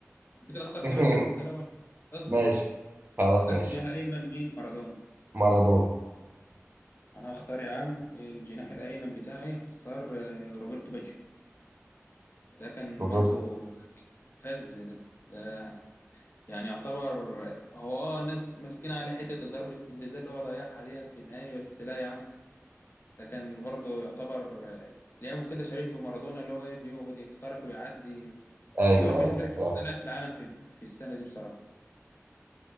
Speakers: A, on the left; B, on the right.
A: انت كده اخترت
B: <laughs>
A: مركز انت الاول اصبر
B: ماشي
A: بقى
B: خلاص
A: اخترت
B: ماشي
A: جناح ايمن مين مارادونا
B: مارادونا
A: انا هختار يا عم الجناح الايمن بتاعي هختار آه، روبرتو باجيو ده كان
B: روبرت
A: برضو كان فز ده, ده يعني يعتبر آه، هو اه الناس ماسكين عليه حته ضربه الجزاء اللي هو ضيعها ديت في النهايه بس لا يا عم ده كان برضو يعتبر آه، لعبه كده شبيه بمارادونا اللي هو إيه، بيقعد يخترق ويعدي
B: ايوه
A: يعتبر بالنسبه
B: ايوه
A: لي كان
B: آه،
A: أحسن لاعب في العالم في في السنه دي بصراحه